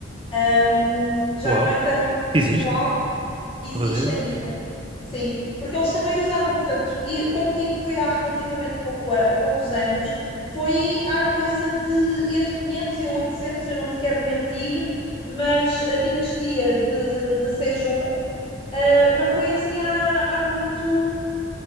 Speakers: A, on the left (about 30°); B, on the right (about 25°).
A: Ahm, já
B: uau,
A: não é tão usual,
B: existe,
A: existe
B: não fazia ideia.
A: ainda. Sim, porque eles também usavam, portanto, e quando digo que foi há relativamente pouco, a- há poucos anos, foi há coisa de entre quinhentos e oitocentos eu não te quero mentir, mas a dinastia de, de Sejong Uh, não foi assim há, há muito,